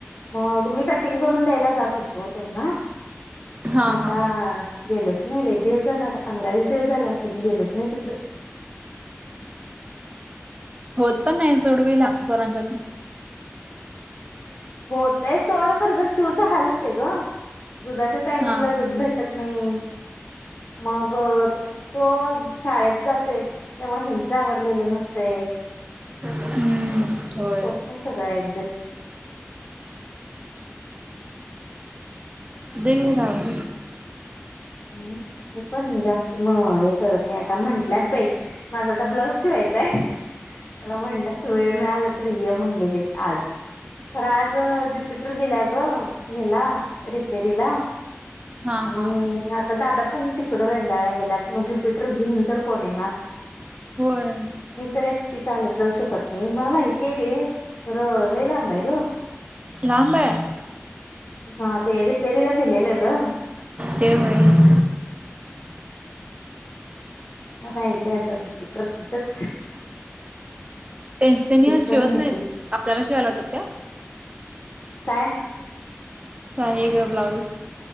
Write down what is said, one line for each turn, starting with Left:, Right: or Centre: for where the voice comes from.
Left: मग मी कटिंग करून द्यायला जात होतो त्यांना
Right: हा
Left: आता
Right: हा
Left: गेलोच नाही एक दिवस झाल आता पंधरा वीस दिवस झालं असं गेलोच नाही तिकडं
Right: होत पण नाही सोड बाई लहान पोरांच्यात
Left: होतय सोड खरं जर शिवच हाल होतेय ग दुधाच्या टायमिंगला
Right: हा
Left: दूध भेटत नाही मग
Right: होय
Left: तो शाळेत जातोय तेव्हा हिंच आवररलेलं नसते
Right: हम्म होय
Left: होत नाही सगळं ऍडजस्ट
Right: दे राब
Left: ह् हे पण जास्त मग हे करत म आता म्हंटल्यात बाई माझा आता ब्लाऊज शिवायचाय मला म्हणल्यात वेळ मिळाला तर य म्हणलेली आज राज ज्युपिटर दिल्या ग हला रिपेरी ला
Right: हा
Left: आणि
Right: हा
Left: आता दादा पण तिकडं रेंदाळला गेल्यात मग ज्युपिटर घेऊन तर कोण येणार
Right: होय
Left: मी तर एकटी चालत जाऊ शकत नाही मला माहिती आहे दे खरं लई लांब आहे ग
Right: लांब हाय
Left: हा ते रिपेरीला दिलेलं ग
Right: ते होय
Left: ह नाहीयले
Right: असू
Left: आता
Right: दे.
Left: ज्युपिटर तिथच
Right: टेन्शन शिवत
Left: तर नेतील
Right: नाही आपल्याला शिवायला लाटतात का
Left: काय
Right: आहे ग ब्लाऊज